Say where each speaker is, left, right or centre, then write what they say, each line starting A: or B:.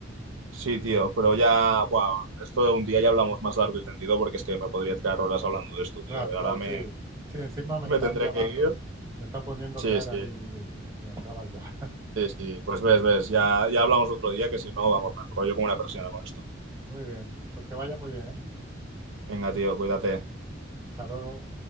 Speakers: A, on the right; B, on the right.
A: sí, tío, pero ya, bueno, esto de un día ya hablamos más largo y tendido porque es que me podría tirar horas hablando de esto,
B: Claro,
A: tío. Y ahora
B: claro,
A: me,
B: sí. Sí, encima me
A: me
B: están
A: tendré
B: llamando,
A: que ir.
B: me están poniendo
A: Sí,
B: cara
A: sí,
B: ahí de, de, de acá para allá.
A: sí, sí. Pues ves, ves, ya, ya hablamos otro día que si no, vamos, me enrollo como una persona con esto.
B: Muy bien, pues que vaya muy bien, ¿eh?
A: Venga, tío, cuídate.
B: Hasta luego.